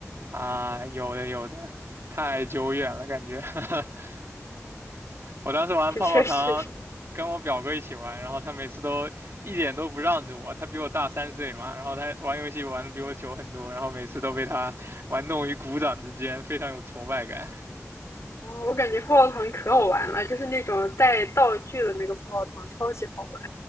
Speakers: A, on the right; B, on the left.
A: 啊，有的有的，太久远了感觉。<laughs> 我当时玩泡泡糖，
B: 确确实实，
A: 跟我表哥一起玩，然后他每次都一点都不让着我，他比我大三岁嘛，然后他玩游戏玩的比我久很多，然后每次都被他玩弄于股掌之间，非常有挫败感。
B: 哦，我感觉泡泡糖可好玩了，就是那种带道具的那个泡泡糖，超级好玩。